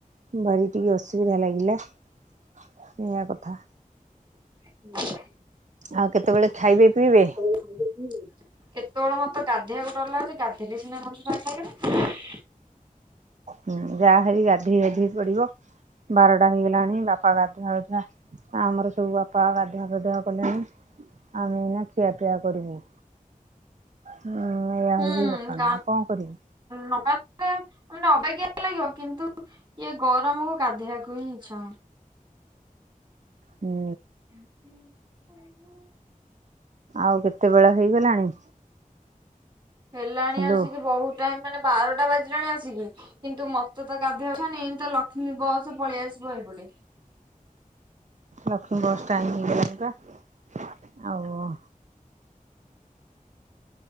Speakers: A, on the right; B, on the right.
A: ଭାରି ଟିକେ ଅସୁବିଧା ଲାଗିଲା ଏୟା କଥା
B: <unintelligible>
A: ଆଉ କେତେବେଳେ ଖାଇବେ ପିଇବେ?
B: ଖାଇଲ କି କେତେବେଳେ ମତେ ଗାଧେଇବାକୁ ଡରଲାଗୁଚି ଗାଧେଇଲେ ସିନା ମଣିଷ ଟା ଖାଇବ
A: ହୁଁ ଯାହାରି ଗାଧେଇ ଗାଧେଇ ପଡିବ ବାରଟା ହେଇଗଲାଣି ବାପା ଗାଧୁପାଧୁଆ ଆମର ସବୁ ବାପା ଗାଧୁଆ ପାଧୁଆ କଲେଣି ଆମେ ଏଇନା ଖିଆପିଆ କରିବୁ ହଁ ଏଇୟା
B: ହୁଁ
A: ହଉଚି ଘଟଣା
B: ଗା
A: ଆଉ କଣ କରିବି
B: ନ ଗାଧେଇଲେ ଅବାଗିଆ ଲାଗିବ କିନ୍ତୁ ଇଏ ଗରମକୁ ଗାଧୋଇବାକୁ ହିଁ ଇଛା ହଉନି।
A: ହୁଁ।
B: ଆମେ ଖାଇବୁ।
A: ଆଉ କେତେ ବେଳେ ହେଇଗଲାଣି।
B: ହେଲାଣି
A: ହ୍ୟାଲୋ
B: ଆସିକି ବହୁତ ଟାଇମ ମାନେ ବାରଟା ବାଜିଲାଣି ଆସିକି। କିନ୍ତୁ ମତେ ତ ଗାଧୋଇଛାନି ଏନ ତ ଲକ୍ଷ୍ମୀ ବସ ପଳେଇଆସିବ ଏପଟେ।
A: ଲକ୍ଷ୍ମୀ ବସ୍ ଟାଇମିଂ ହେଇଗଲାଣି ପା ଆଉ